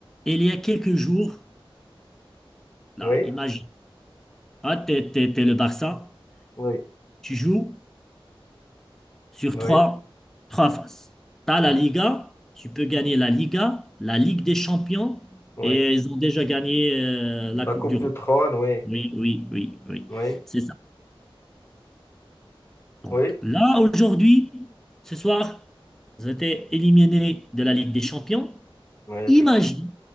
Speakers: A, in the centre; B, on the left.
A: il y a quelques jours, là,
B: oui,
A: imagine, ah, t'es, t'es- t'es le Barça,
B: oui,
A: tu joues sur
B: oui,
A: trois, trois phases. T'as la
B: oui,
A: Liga, tu peux gagner la Liga, la Ligue des Champions,
B: oui.
A: et ils ont déjà gagné euh, la
B: La
A: Coupe
B: Coupe
A: du Rhum.
B: de Trône, oui,
A: Oui, oui, oui, oui,
B: oui,
A: c'est ça. Donc
B: oui,
A: là, aujourd'hui, ce soir, ils ont été éliminés de la Ligue des Champions.
B: oui, effectivement.
A: Imagine,